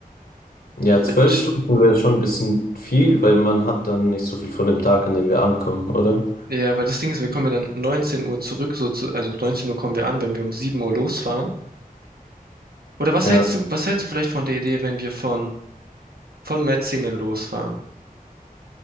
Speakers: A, on the left; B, on the right.
A: Ja,
B: Weil
A: zwölf
B: ich-
A: Stunden wäre schon ein bisschen viel, weil man hat dann nicht so viel von dem Tag, an dem wir ankommen, oder?
B: Ja, weil das Ding ist, wir kommen ja dann 19 Uhr zurück, so zu, also 19 Uhr kommen wir an, wenn wir um 7 Uhr losfahren. Oder was
A: Ja.
B: hältst du, was hältst du vielleicht von der Idee, wenn wir von von Metzingen losfahren.